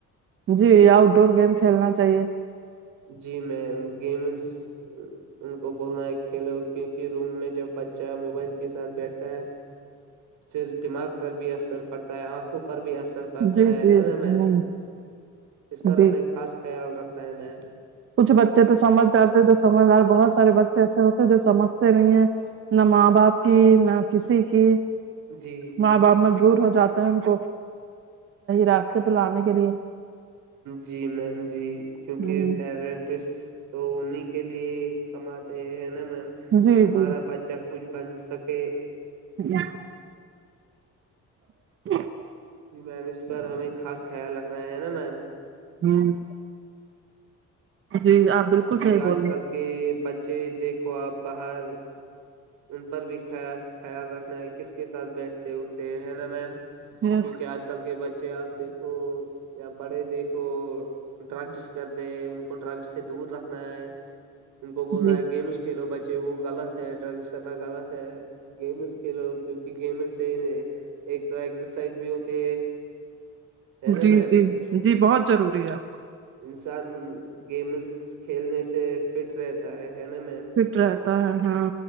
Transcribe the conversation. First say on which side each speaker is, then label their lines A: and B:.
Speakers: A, on the right (about 45°); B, on the right (about 85°).
A: جی آؤٹ ڈور گیم کھیلنا چاہیے
B: جی میم گیمز ان کو بولنا ہے کھیلو کیونکہ روم میں جب بچہ موبائل کے ساتھ بیٹھتا ہے پھر دماغ پر بھی اثر پڑتا ہے آنکھوں پر بھی اثر پڑتا
A: جی
B: ہے
A: جی
B: ہے نا میم
A: ہ
B: اس پر
A: جی
B: ہمیں خاص خیال رکھنا ہے میم
A: کچھ بچے تو سمجھ جاتے جو سمجھدار بہت سارے بچے ایسے ہوتے ہیں جو سمجھتے نہیں ہیں نہ ماں باپ کی نہ کسی کی
B: جی
A: ماں باپ مجبور ہو جاتے ہیں ان کو راستے پ لانے کے لیے
B: جی میم جی کیونکہ
A: ہ
B: پیرنٹس تو انہیں کے لیے کماتے ہیں نا میم
A: جی
B: کہ ہمارا
A: جی
B: بچہ کچھ بن سکے
A: یا <inaudible>
B: جی میم اس پر ہمیں خاص خیال رکھنا ہے نا میم
A: ہوں جی آپ بالکل
B: جی
A: صحیح بول
B: آج
A: رہے
B: کل کے بچے دیکھو آپ باہر ان پر بھی خیا خیال رکھنا ہے کس کے ساتھ بیٹھتے اٹھتے ہیں نا میم
A: ہیں
B: کیونکہ آج کل کے بچے آپ دیکھو یا بڑے دیکھو ڈرگس کر د ان کو ڈرگس سے دور رکھنا ہے ان کو بولنا
A: جی
B: ہے گیمس کھیلو بچے وہ غط ہے ڈرگس کرنا غلط ہے گیمس کھیلو کیوںکہ گیمز صحیح ایک تو ایکسرسائز بھی ہوتی ہے نا
A: جی
B: میم
A: جی جی بہت روری ہے
B: انسان گیمز کھیلنے سے فٹ رہتا ہے ہے نا میم
A: فٹ رہتا ہے ہاں